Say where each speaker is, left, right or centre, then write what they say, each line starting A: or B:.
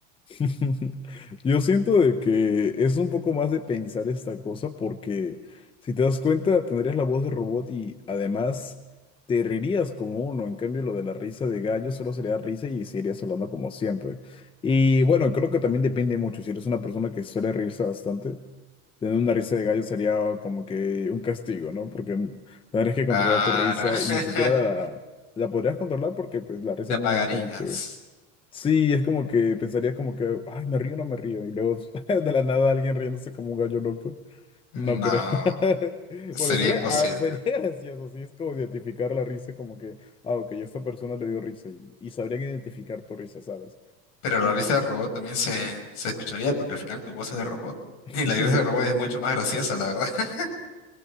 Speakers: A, on the left; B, on the left.
A: <laughs> Yo siento de que es un poco más de pensar esta cosa porque si te das cuenta tendrías la voz de robot y además te reirías como uno. En cambio lo de la risa de gallo solo sería risa y seguirías hablando como siempre. Y bueno, creo que también depende mucho. Si eres una persona que suele reírse bastante, tener una risa de gallo sería como que un castigo, ¿no? Porque tendrías que controlar
B: Claro.
A: tu risa
B: <laughs>
A: y ni siquiera la, la podrías controlar porque pues la risa
B: ¿Te apagarías?
A: no es como que Sí, es como que pensarías como que, ay, me río o no me río. Y luego <laughs> de la nada alguien riéndose como un gallo loco.
B: No,
A: No creo. <laughs>
B: sería
A: Bueno, sería,
B: imposible.
A: ah, sería <laughs> gracioso, sí, es como identificar la risa como que, ah, ok, a esta persona le dio risa y, y sabrían identificar tu risa, ¿sabes?
B: Pero la risa del robot también se, se escucharía porque al final tu voz es de robot. <laughs>
A: <laughs>
B: Y la risa del robot es mucho más graciosa, la verdad. <laughs>